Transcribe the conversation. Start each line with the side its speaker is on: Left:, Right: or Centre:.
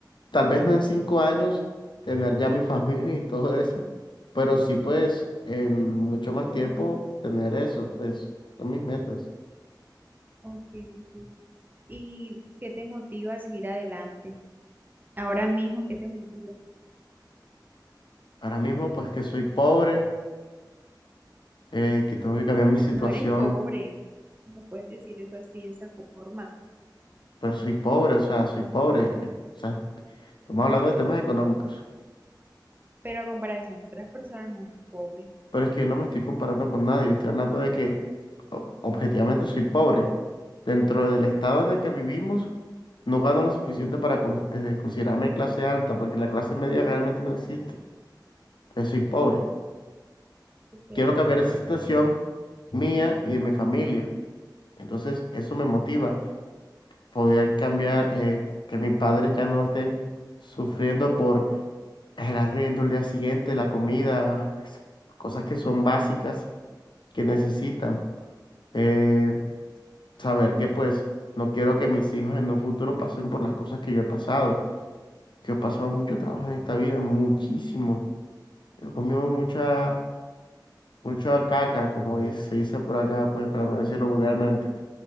Left: tal vez no en cinco años tener ya mi <laughs> familia y todo eso, pero sí, pues, en mucho más tiempo tener eso, pues, son mis metas.
Right: ok, ok. ¿Y qué te motiva a seguir adelante? Ahora mismo, ¿qué te motiva?
Left: Ahora mismo, pues, que soy pobre, eh, que tengo que cambiar mi situación,
Right: No eres pobre, no puedes decir eso así, de esa forma,
Left: pero soy pobre, o sea, soy pobre, eh, o sea, estamos hablando de temas económicos.
Right: pero a comparación de otras personas no eres pobre.
Left: Pero es que yo no me estoy comparando con nadie. Estoy hablando de que o- objetivamente soy pobre. Dentro del estado en el que vivimos, no gano lo suficiente para con- eh, considerarme clase alta, porque la clase media realmente no existe. Yo soy pobre.
Right: Ok,
Left: Quiero cambiar esa situación mía y de mi familia. Entonces, eso me motiva. Poder cambiar, eh, que mis padres ya no estén sufriendo por el arriendo el día siguiente, la comida, cosas que son básicas que necesitan. eh, saber que pues no quiero que mis hijos en un futuro pasen por las cosas que yo he pasado, que yo he pasado mucho trabajo en esta
Right: ujú,
Left: vida, muchísimo. Yo He comido mucha, mucha caca, como dice- se dice por acá, pues para no decirlo vulgarmente.